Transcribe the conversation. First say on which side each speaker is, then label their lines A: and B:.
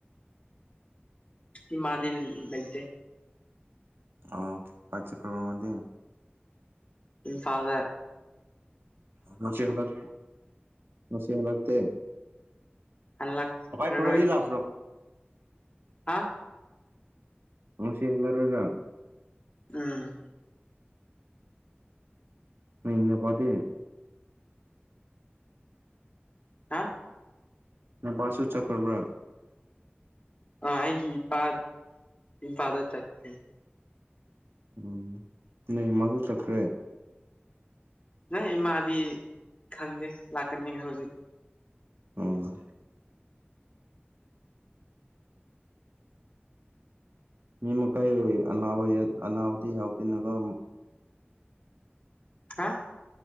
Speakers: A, on the left (about 30°); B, on the right (about 65°).
A: ꯏꯃꯥꯗꯤ ꯂꯩꯇꯦ
B: ꯑ ꯀꯥꯏ ꯆꯀ꯭ꯔꯕꯔ ꯃꯗꯤ
A: ꯏꯟꯐꯥꯜꯗ
B: ꯉꯁꯤ ꯍꯂꯛ ꯉꯁꯤ ꯍꯜꯂꯛꯇꯦ
A: ꯍꯜꯂꯛꯅꯔꯣꯏ
B: ꯄꯥꯄꯥꯏ ꯈꯣꯏꯔꯣ ꯏ ꯂꯥꯛꯇ꯭ꯔꯣ
A: ꯍꯥ
B: ꯉꯁꯤ ꯍꯜꯂꯔꯣꯏꯔꯥ
A: ꯎꯝ
B: ꯎꯝ ꯅꯄꯗꯤ
A: ꯍꯥ
B: ꯃꯄꯥꯁꯨ ꯆꯠꯈ꯭ꯔꯕ꯭ꯔꯥ
A: ꯑꯩꯒꯤ ꯏꯄꯥ ꯏꯐꯥꯜꯗ ꯆꯠꯀꯦ
B: ꯎꯝ ꯅ ꯃꯥꯁꯨ ꯆꯠꯈ꯭ꯔꯦ
A: ꯅꯪ ꯏꯃꯥꯗꯤ ꯈꯪꯗꯦ ꯂꯥꯛꯀꯅꯤ ꯍꯧꯖꯤꯛ
B: ꯎꯝ ꯃꯤꯃ ꯀꯥꯏ ꯑꯅꯥ ꯑꯅꯥꯍꯇ ꯑꯇ ꯅꯒ
A: ꯍꯥ